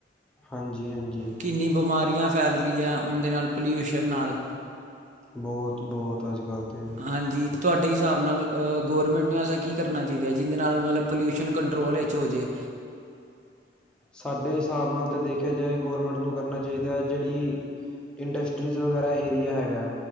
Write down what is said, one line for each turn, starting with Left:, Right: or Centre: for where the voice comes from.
Centre: ਹਾਂਜੀ ਹਾਂਜੀ
Right: ਕਿੰਨੀ ਬਿਮਾਰੀਆਂ ਫੈਲ ਰਹੀਆਂ ਉਹਦੇ ਨਾਲ ਪੋਲਿਊਸ਼ਨ ਨਾਲ।
Centre: ਬੌਤ-ਬੌਤ ਅੱਜ ਕੱਲ ਤੇ।
Right: ਹਾਂਜੀ ਤੁਹਾਡੇ ਹਿਸਾਬ ਨਾਲ ਗੌਰਮੈਂਟ ਨੂੰ ਐਸਾ ਕੀ ਕਰਨਾ ਚਾਹੀਦਾ ਜਿਹਦੇ ਨਾਲ ਮਤਲਬ ਪੋਲਿਊਸ਼ਨ ਕੰਟਰੋਲ ਇਚ ਹੋ ਜੇ।
Centre: ਸਾਡੇ ਹਿਸਾਬ ਨਾਲ ਤਾਂ ਦੇਖਿਆ ਜਾਏ ਗੌਰਮੈਂਟ ਨੂੰ ਕਰਨਾ ਚਾਹੀਦਾ ਹੈ ਜਿਹੜੀ ਇੰਡਸਟਰੀਜ਼ ਵਗੈਰਾ ਏਰੀਆ ਹੈਗਾ।